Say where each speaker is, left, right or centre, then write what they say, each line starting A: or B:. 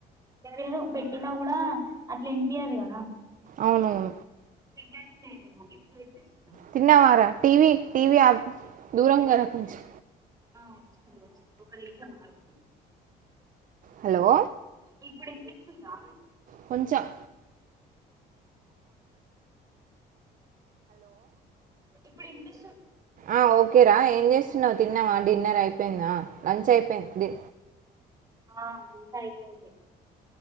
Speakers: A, on the right (about 20°); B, on the right (about 50°).
A: నా పెట్టినా గూడా అట్ల ఇన్పియదు గదా
B: అవునవును
A: సిగ్నల్స్ లేవేమో ఇప్పుడినిపిస్
B: తిన్నవారా టీ వీ టీ వీ దూరంగారా కొంచెం
A: ఆ వస్తుంది వస్తుంది ఒక నిమిషం ఆగు
B: హలో
A: ఇప్పుడు ఇనిపిస్తుందా
B: కొంచం
A: ఇప్పుడు ఇనిపి
B: ఆ ఓకేరా ఏం చేస్తున్నావు తిన్నావా డిన్నర్ అయిపోయిందా లంచ్ అయిపోయింది
A: ఆ అంత అయిపోయింది